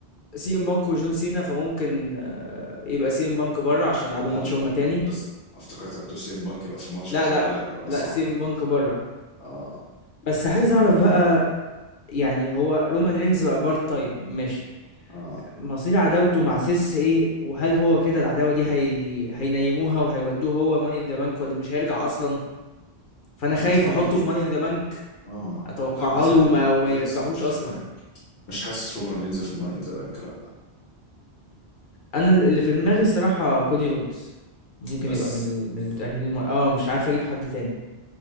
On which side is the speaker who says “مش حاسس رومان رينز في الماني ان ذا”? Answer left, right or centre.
Left